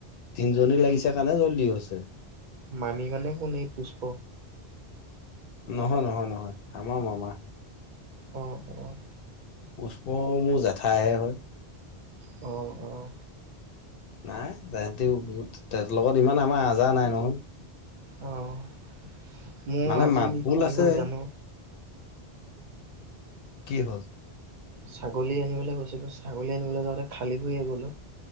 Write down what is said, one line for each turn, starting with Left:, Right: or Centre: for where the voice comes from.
Left: তিনিজনী লাগিছে কাৰণে জল্ডি হৈছে।
Right: মামি মানে কোন এই পুষ্প
Left: নহয় নহয় নহয় আমাৰ মামাৰ
Right: হয়, অঁ
Left: পুষ্প মোৰ জেঠাইহে হয়।
Right: হয়, অঁ
Left: নাই তাহঁতৰ লগত ইমান আমাৰ আহজাৰ নাই নহয়।
Right: অঁ মোৰ
Left: মানে
Right: আজি
Left: মাতবোল
Right: কি
Left: আছে
Right: হ'ল জানো।
Left: কি হ'ল
Right: ছাগলী আনিবলৈ গৈছিলিলো ছাগলী আনিবলৈ যাওঁতে খালী ভৰিয়ে গলো।